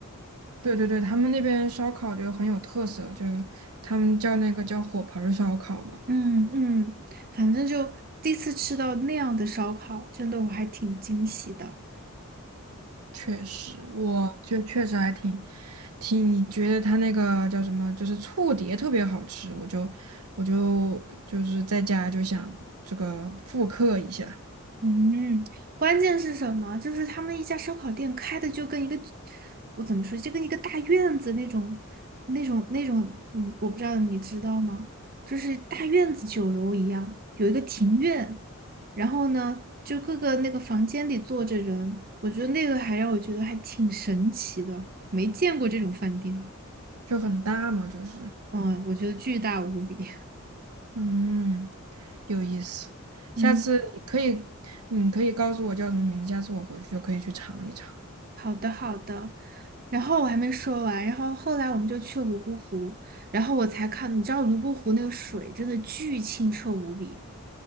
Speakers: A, on the right; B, on the right.
A: 对对对，他们那边烧烤就很有特色，就是他们叫那个叫火盆儿烧烤嘛。
B: 嗯嗯，反正就第一次吃到那样的烧烤，真的我还挺惊喜的。
A: 确实，我就确实还挺挺觉得他那个叫什么，就是醋碟特别好吃，我就我就就是在家就想这个复刻一下，
B: 嗯，关键是什么？就是他们一家烧烤店开的就跟一个，我怎么说，就跟一个大院子那种，那种那种，嗯，我不知道你知道吗？就是大院子酒楼一样，有一个庭院，然后呢，就各个那个房间里坐着人，我觉得那个还让我觉得还挺神奇的，没见过这种饭店，
A: 就很大嘛，就是
B: 嗯，我觉得巨大无比，
A: 嗯，有意思。
B: <laughs>
A: 下次你可以你可以告诉我叫什么名字，
B: 嗯。
A: 下次我回去就可以去尝一尝。
B: 好的，好的。然后我还没说完，然后后来我们就去了泸沽湖，然后我才看，你知道泸沽湖那个水真的巨清澈无比，